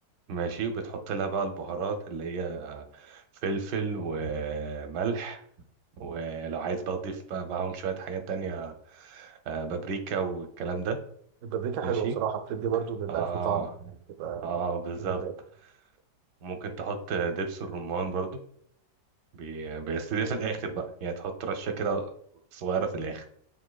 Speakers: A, on the right; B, on the right.
A: ماشي بتحط لها بقى البهارات اللي هي فلفل وملح ولو عايز بقى تضيف بقى معاهم شوية حاجات تانية آه، بابريكا والكلام ده
B: البابريكا حلوه
A: ماشي
B: بصراحه بتدي برضو للاكل
A: اه
B: طعم يعني بتبقى
A: اه بالظبط
B: فيها ده
A: ممكن تحط دبس الرمان برضو بي- بس دي في الآخر بقى يعني تحط رشة كده صغيرة في الآخر